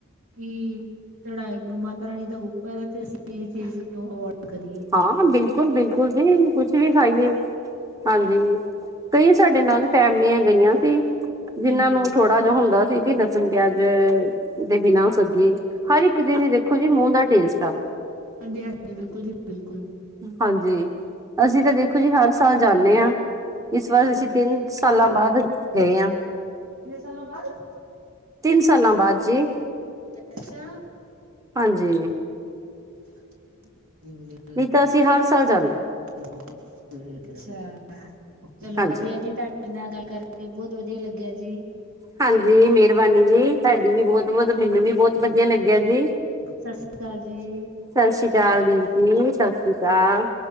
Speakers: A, on the right; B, on the right.
A: ਕੀ ਚੜਾਈ ਮਾਤਾ ਰਾਣੀ ਦਾ ਉੱਪਰ ਐ ਤੇ ਅਸੀਂ ਏ ਚੀਜ਼ ਕਿਉਂ ਅਵੋਇਡ ਕਰੀਏ।
B: ਹਾਂ ਬਿਲਕੁਲ ਬਿਲਕੁਲ ਜੀ ਕੁਛ ਵੀ ਖਾਈਏ। ਹਾਂਜੀ ਕਈ ਸਾਡੇ ਨਾਲ ਫੈਮਲੀਆਂ ਗਈਆ ਸੀ ਜਿਨਾਂ
A: ਹਾਂਜੀ
B: ਨੂੰ ਥੋੜਾ ਜੇਆ ਹੁੰਦਾ ਸੀ ਗੀ ਲਸਣ ਪਿਆਜ ਦੇ ਬਿਨਾ ਓ ਸਬਜੀ ਹਰ ਇੱਕ ਜੀ ਦੀ ਦੇਖੋ ਜੀ ਮੂੰਹ ਦਾ ਟੇਸਟ ਆ।
A: ਹਾਂਜੀ ਹਾਂਜੀ ਬਿਲਕੁਲ ਜੀ ਬਿਲਕੁਲ।
B: ਹਾਂਜੀ ਅਸੀਂ ਤਾਂ ਦੇਖੋ ਜੀ ਹਰ ਸਾਲ ਜਾਂਨੇ ਆ। ਇਸ ਵਾਰ ਅਸੀਂ ਤਿੰਨ ਸਾਲਾਂ ਬਾਅਦ ਗਏ ਆ।
A: ਛੇ ਸਾਲਾਂ ਬਾਅਦ।
B: ਤਿੰਨ ਸਾਲਾਂ ਬਾਅਦ ਜੀ।
A: ਅੱਛਾ।
B: ਹਾਂਜੀ।
A: <inaudible>
B: ਨਹੀਂ ਤਾਂ ਅਸੀਂ ਹਰ ਸਾਲ ਜਾਣ
A: ਅੱਛਾ ਚਲੋ
B: ਹਾਂਜੀ
A: ਵਧੀਆ ਜੀ ਤੁਹਾਡੇ ਨਾਲ ਗੱਲ ਕਰਕੇ ਬਹੁਤ ਵਧੀਆ ਲੱਗਿਆ ਜੀ।
B: ਹਾਂਜੀ, ਮਿਹਰਬਾਨੀ ਜੀ ਤੁਹਾਡੀ ਵੀ
A: ਸਤਿ
B: ਬਹੁਤ ਬਹੁਤ ਮੈਨੂੰ ਵੀ ਬਹੁਤ ਵਧੀਆ ਲੱਗਿਆ ਜੀ।
A: ਸਸਰੀਕਾਲ ਜੀ।
B: ਸਸਰੀਕਾਲ ਦੀਪ ਜੀ ਸਸਰੀਕਾਲ।